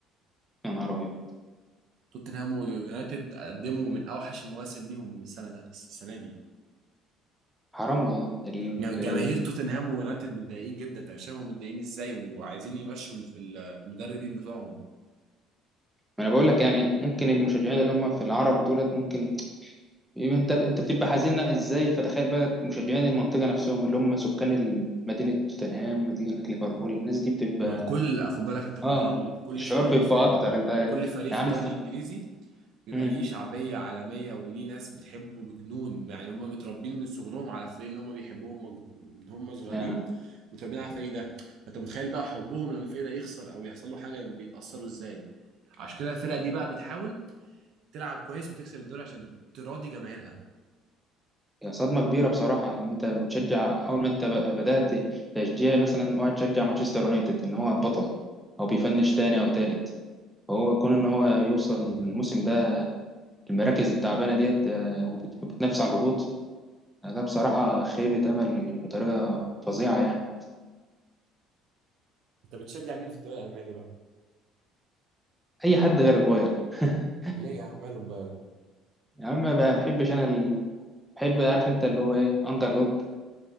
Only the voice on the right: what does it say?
توتنهام ويونايتد قدموا من اوحش المواسم ليهم السنه ده السنه دي
ج- جماهير توتنهام ويونايتد متضايقين جدا انت مش فاهم هم متضايقين ازاي وعايزين يمشوا الف- المدربين بتوعهم
ما هو كل خد بالك انت كل
كل
فريق
في
ال...
كل فريق
في الدوري
الانجليزي بيبقى
ليه شعبيه عالميه وليه ناس بتحبه بجنون يعني هم متربين من صغرهم على الفريق اللي هم بيحبوهم مج- من هم صغيرين
متربين على الفريق ده انت متخيل بقى حبهم لما الفريق ده يخسر او يحصل له حاجه بيتاثروا ازاي عشان كده الفرقه دي بقى بتحاول تلعب كويس وتكسب الدوري عشان تراضي جماهيرها
انت بتشجع مين في الدوري الالماني بقى
ليه يا عم ماله البايرن